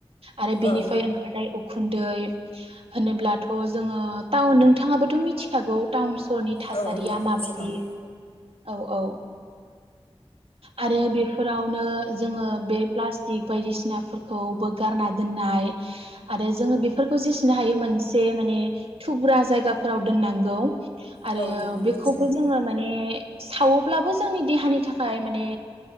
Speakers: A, on the right; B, on the left.
A: आरो बेनिफ्राय
B: औ
A: ओंखार उब उखुन्दै होनोब्लाथ' जोङो टाउन नोंथाङाबोथ' मिथिखागौ टाउन सरनि थासारिया
B: औ टाउन
A: माबायदि
B: ओनसोलाव
A: औ औ आरो बेफोरावनो जोङो बे प्लास्टिक बायदिसि मुवाफोरखौबो गारना दोननाय आरो जोङो बेफोरखौ जेसिनो हायो मोनसे माने थुब्रा जायगाफोराव दोननांगौ आरो
B: औ दोननांगौ
A: बेखौबो
B: जायो
A: जोङो माने सावोब्लाबो जोंनि देहानि थाखाय माने